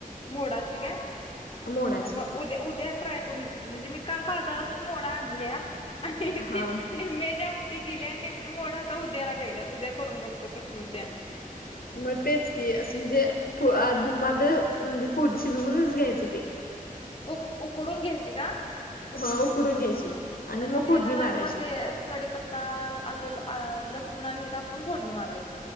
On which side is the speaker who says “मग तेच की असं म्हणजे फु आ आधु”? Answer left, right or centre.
Left